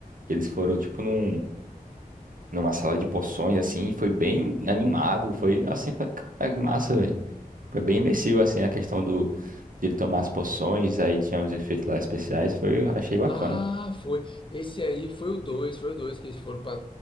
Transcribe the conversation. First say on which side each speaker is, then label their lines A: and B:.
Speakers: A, on the right (about 65°); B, on the left (about 35°).
A: que eles foram, tipo, num, numa sala de poções, assim. E foi bem animado. Foi, assim, pra, cara, que massa, velho. Foi bem imersivo, assim, a questão do, de ele tomar as poções. Aí tinha os efeitos lá especiais. Foi, achei bacana.
B: Ah, foi. Esse aí foi o dois, foi o 2 que eles foram para